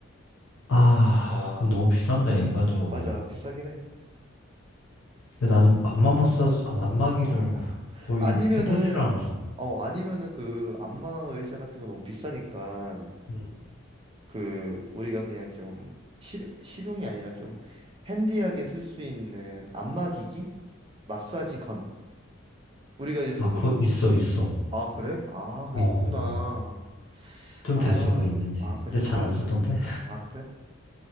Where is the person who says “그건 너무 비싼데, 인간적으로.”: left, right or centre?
Left